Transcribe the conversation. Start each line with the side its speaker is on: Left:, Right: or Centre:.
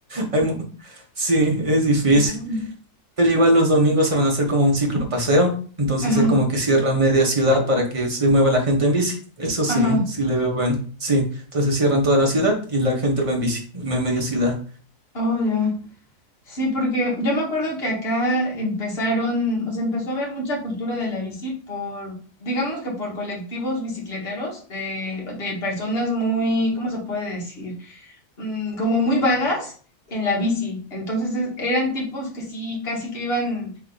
Right: Hay mu- sí, es difícil.
Left: Uy.
Right: Pero igual los domingos se van a hacer como un ciclo paseo, entonces
Left: Ajá,
Right: hay como que cierra media ciudad para que se mueva la gente en bici. Eso sí,
Left: ajá.
Right: sí le veo bueno. Sí, entonces cierran toda la ciudad y la gente va en bici, me- media ciudad.
Left: Oh, ya. Sí, porque yo me acuerdo que acá empezaron, o sea, empezó a haber mucha cultura de la bici por, digamos que por colectivos bicicleteros de, de personas muy, ¿cómo se puede decir? mm, como muy vagas en la bici. Entonces es- eran tipos que sí, casi que iban,